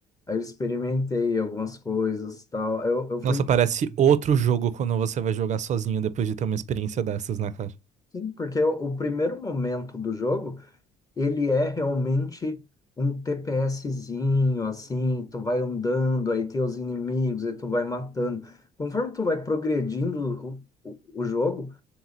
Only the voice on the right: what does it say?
Nossa, parece outro jogo quando você vai jogar sozinho depois de ter uma experiência dessas, né, cara?